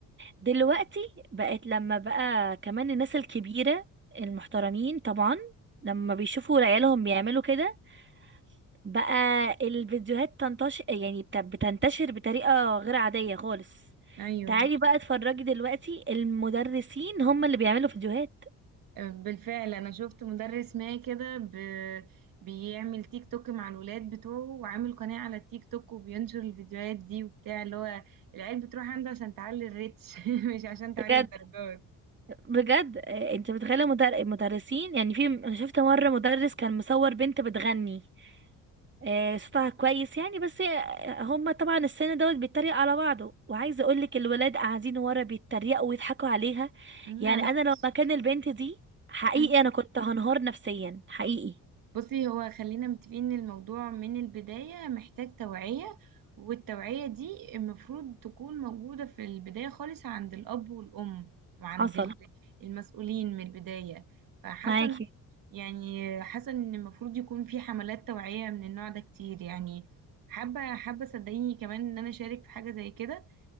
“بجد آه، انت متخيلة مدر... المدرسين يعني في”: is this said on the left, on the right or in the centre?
Right